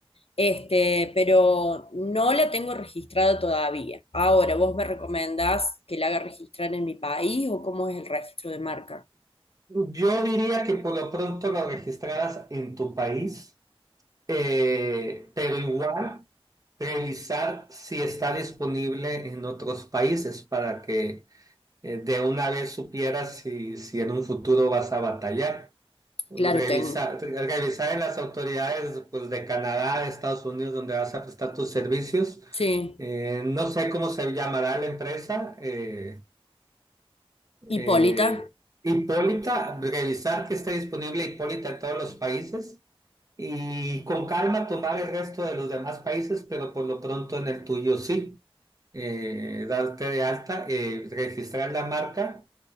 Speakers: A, on the left; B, on the right.
A: Este, pero no la tengo registrada todavía. Ahora, ¿vos me recomendás que la haga registrar en mi país o cómo es el registro de marca?
B: Yo diría que por lo pronto lo registraras en tu país, eh, pero igual revisar si está disponible en otros países para que eh, de una vez supieras si, si en un futuro vas a batallar. Revisar,
A: Claro, tengo.
B: revisar en las autoridades pues, de Canadá, de Estados Unidos, donde vas a prestar tus servicios.
A: Sí.
B: Eh, no sé cómo se llamará la empresa. eh,
A: Hipólita.
B: eh, Hipólita, revisar que esté disponible Hipólita en todos los países y con calma tomar el resto de los demás países, pero por lo pronto en el tuyo sí. Eh, darte de alta, eh, registrar la marca